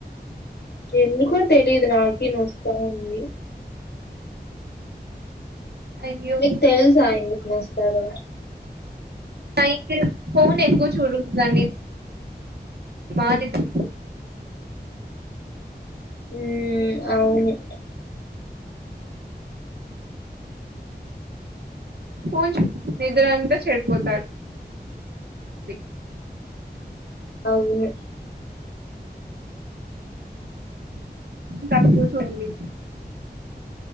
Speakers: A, on the left; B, on the right.
A: ఎందుకో తెలియదు నాకీ నొస్తావుంది.
B: అయ్యో
A: మీకు తెల్సా ఎందుకు నోస్తాదో?
B: అయితే ఫోన్ ఎక్కువ చూడోద్ధండి మానేద్ధం
A: ఉమ్ అవునంట
B: ఫోన్ చూ నిద్రంతా చెడిపోతాద్ ది
A: అవును
B: తక్కువ చూడండి